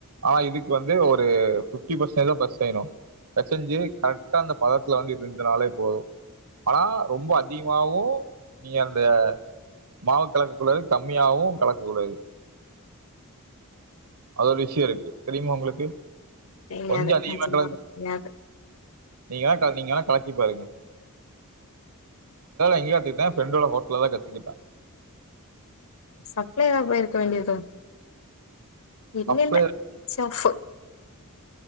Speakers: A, on the right (about 80°); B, on the left (about 65°).
A: ஆ இதுக் வந்து ஒரு பிப்டி பர்சன்ட்தா பேசைணு பேசஞ்சு கரெக்டா அந்த பதத்வம்பிருந்தனாலே போதும் ஆனா ரொம்ப அ அதிகமவும் நீ அந்த.. மாவா கலக்க கூடாது கம்மியவு கலக்ககூடாது அதோ ஒரு விஷயம் இருக்கு தெரியுமா உங்களுக்கு
B: தெரியாது
A: கொஞ்ச அதிகமா
B: நஞ்சமாவ
A: கல
B: தெரியாது
A: நீங்க வே நீங்க வேணா கலக்கி பாருங்க எங்கான பிரண்டோட ஹோட்டல தான் கத்துக்கிட்டேன்
B: சப்ளை ஏதாவ போயிருக்க வேண்டியதோ இன
A: சப்ளையர்
B: இல்ல சப்பு